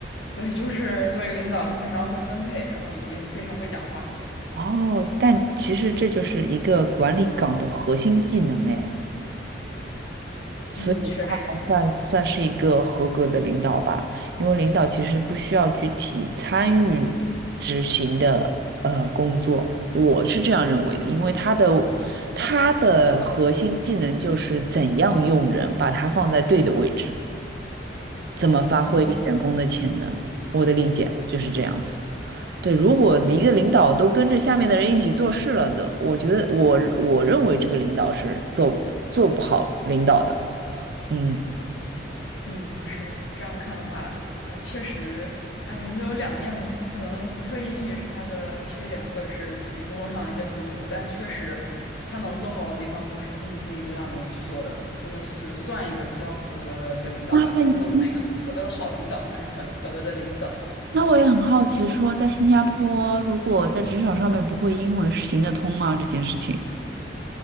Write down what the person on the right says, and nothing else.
哦，但其实这就是一个管理岗的核心技能哎，所以他还算算是一个合格的领导吧，
因为领导其实不需要具体参与执行的呃工作，我是这样认为的，因为他的他的核心技能就是怎样用人，把他放在对的位置。怎么发挥员工的潜能？
我的理解就是这样子的。对，如果一个领导都跟着下面的人一起做事了的，我觉得我我认为这个领导是做做不好领导的。嗯，
那那已经
那我也很好奇说，在新加坡，如果在职场上面不会英文是行得通吗？这件事情。